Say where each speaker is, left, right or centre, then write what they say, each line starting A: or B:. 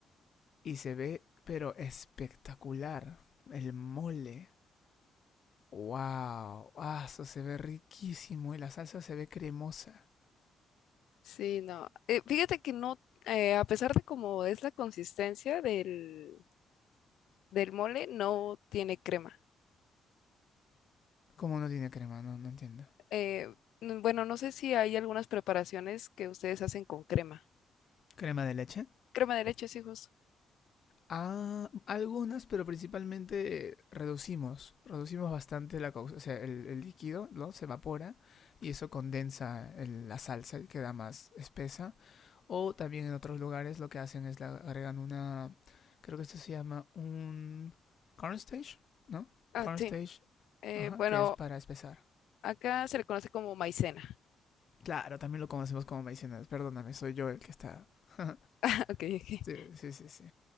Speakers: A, on the left; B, on the left.
A: y se ve, pero espectacular. El mole. Wow, ah, eso se ve riquísimo y la salsa se ve cremosa.
B: Sí, no. Eh, fíjate que no, eh, a pesar de cómo es la consistencia del, del mole, no tiene crema.
A: ¿Cómo no tiene crema? No, no entiendo.
B: Eh, n- bueno, no sé si hay algunas preparaciones que ustedes hacen con crema.
A: ¿Crema de leche?
B: Crema de leche, sí, justo.
A: Ah, algunas, pero principalmente eh, reducimos, reducimos bastante la causa, o sea, el, el líquido, ¿no? Se evapora y eso condensa el- la salsa y queda más espesa. O también en otros lugares lo que hacen es le agregan una, creo que esto se llama un cornstarch, ¿no?
B: Ah,
A: Cornstarch,
B: sí. Eh,
A: ajá,
B: bueno,
A: que es para espesar.
B: acá se le conoce como maicena.
A: Claro, también lo conocemos como Maicenas. Perdóname, soy yo el que está. <laughs>
B: <laughs> Ok, ok.
A: sí, sí, sí, sí.